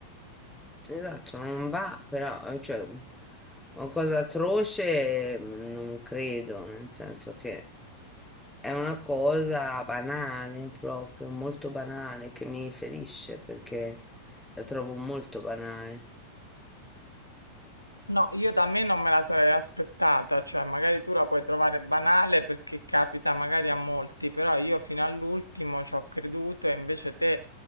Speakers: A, in the centre; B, on the left.
A: Esatto, non va, però, eh, cioè, una cosa atroce, mm, non credo, nel senso che è una cosa banale, proprio, molto banale, che mi ferisce, perché la trovo molto banale.
B: No, io da me non me la sarei aspettata, cioè magari tu la puoi trovare banale perché capita magari a molti, però io fino all'ultimo ci ho creduto e invece te,